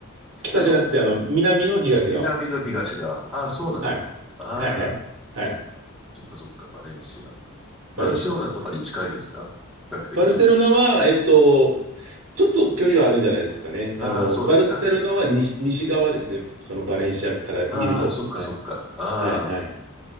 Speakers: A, in the centre; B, on the right.
A: 北の海。
B: 北じゃなくて、あの、南の東側。
A: 南の東が、ああ、そうなんだ。
B: はい。
A: ああ、
B: はいはい。はい。
A: そっかそっか、バレンシア。バルセロナとかに近いですか比較的。
B: バレンシア。バルセロナは、えっと、ちょっと距離はあるんじゃないですかね。
A: ああ、
B: あの、
A: そうですか、
B: バルセロナは西、
A: そうですか。
B: 西側ですね。そのバレンシアから見ると。
A: ああ、そっかそっか。
B: はい。
A: ああ、
B: はいはい。